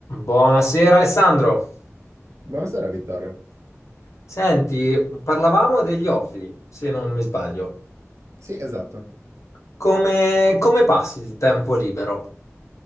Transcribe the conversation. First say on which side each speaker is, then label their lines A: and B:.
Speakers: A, on the left (about 70°); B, on the right (about 70°).
A: Buonasera Alessandro.
B: Buonasera Vittorio.
A: Senti, parlavamo degli hobby, se non mi sbaglio.
B: Sì, esatto.
A: Come, come passi il tempo libero?